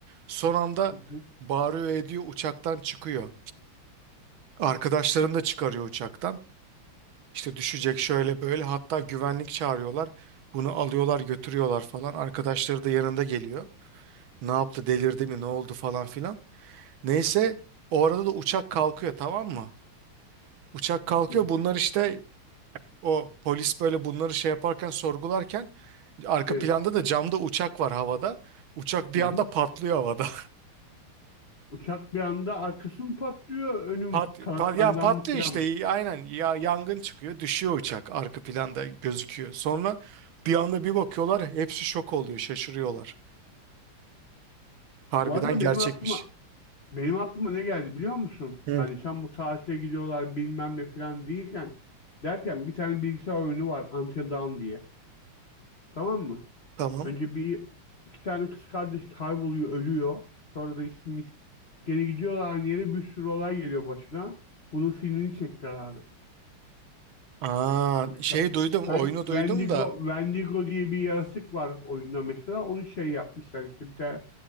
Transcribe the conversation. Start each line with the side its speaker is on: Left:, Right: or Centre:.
Right: Son anda
Left: Hı hı.
Right: bağırıyor ediyor uçaktan çıkıyor. Arkadaşlarını da çıkarıyor uçaktan. İşte düşecek şöyle böyle hatta güvenlik çağırıyorlar. Bunu alıyorlar götürüyorlar falan. Arkadaşları da yanında geliyor. Ne yaptı delirdi mi ne oldu falan filan. Neyse o arada da uçak kalkıyor tamam mı? Uçak kalkıyor
Left: Hı hı.
Right: bunlar işte o polis böyle bunları şey yaparken sorgularken arka
Left: Evet.
Right: planda da camda uçak var havada. Uçak bir
Left: Hı hı.
Right: anda patlıyor havada.
Left: Uçak bir anda arkası mı patlıyor,
Right: <laughs>
Left: önüm
Right: Pat,
Left: kanatlarından
Right: pat- yani patlıyor
Left: mı filan?
Right: işte aynen ya, yangın çıkıyor düşüyor uçak arka planda gözüküyor. Sonra bir anda bir bakıyorlar hepsi şok oluyor şaşırıyorlar. Harbiden
Left: Bu arada
Right: gerçekmiş.
Left: benim aklıma Benim aklıma ne geldi biliyor musun?
Right: Evet.
Left: Hani sen bu tatile gidiyorlar bilmem ne falan değilken derken bir tane bilgisayar oyunu var Until Dawn diye. Tamam mı?
Right: Tamam.
Left: Önce bir iki tane kız kardeş kayboluyor, ölüyor. Sonra da işimiz gene gidiyorlar aynı yere bir sürü olay geliyor başına. Bunun filmini çektiler abi.
Right: Aa,
Left: Mesela
Right: şey duydum,
Left: ben
Right: oyunu
Left: Wendigo,
Right: duydum da.
Left: Wendigo diye bir yaratık var oyunda mesela. Onu şey yapmışlar işte bir tane